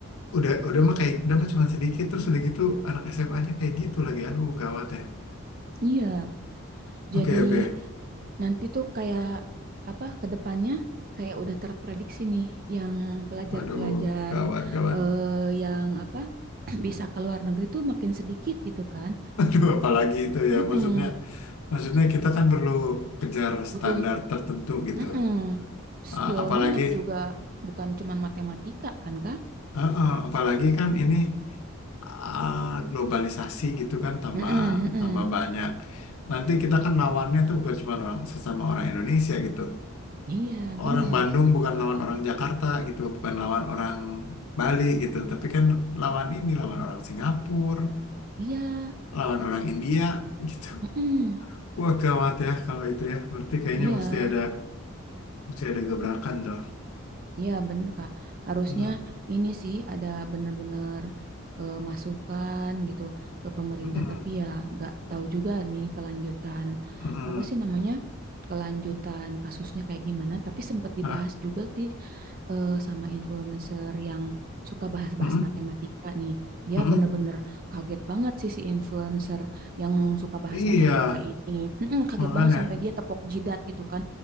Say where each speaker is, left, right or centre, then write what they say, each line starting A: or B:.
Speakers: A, on the left; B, on the right.
A: udah udah mah kayak udah mah cuma sedikit terus udah gitu anak SMA-nya kayak gitu lagi aduh gawat ya
B: Iya, jadi
A: oke oke
B: nanti tuh kayak apa ke depannya kayak udah terprediksi nih yang pelajar-pelajar
A: Waduh, gawat gawat
B: eh, yang apa <clears throat> bisa ke luar negeri tuh makin sedikit gitu kan.
A: <laughs> aduh apalagi itu ya
B: Mm-mm.
A: maksudnya maksudnya kita kan perlu kejar standar
B: Butuh
A: tertentu gitu
B: mm-mm.
A: Eh,
B: Skillnya
A: apalagi
B: juga bukan cuman matematika kan, Kak?
A: eh, eh, apalagi kan ini ah, globalisasi gitu kan tambah
B: Mm-mm. Mm-mm.
A: tambah banyak. Nanti kita kan lawannya tuh bukan cuma orang sesama orang Indonesia gitu.
B: Iya, benar.
A: Orang Bandung bukan lawan orang Jakarta gitu, bukan lawan orang Bali gitu, tapi kan lawan ini lawan orang Singapura,
B: Iya.
A: lawan orang India gitu.
B: Mm-mm.
A: Wah gawat ya kalau itu ya. Berarti kayaknya
B: Iya.
A: mesti ada mesti ada gebrakan tuh.
B: Iya bener Kak, harusnya
A: Mm-mm,
B: ini sih ada bener-bener eh, masukan gitu ke pemerintah
A: mm-mm,
B: tapi ya nggak tahu juga nih kelanjutan
A: mm-mm.
B: apa sih namanya kelanjutan kasusnya kayak gimana tapi sempat dibahas
A: Ah,
B: juga sih eh, sama influencer yang suka bahas-bahas
A: mm-mm,
B: matematika nih dia
A: mm-mm.
B: bener-bener kaget banget sih si influencer yang suka bahas
A: Iya,
B: matematika ini Mm-mm, kaget
A: makanya.
B: banget sampai dia tepok jidat gitu kan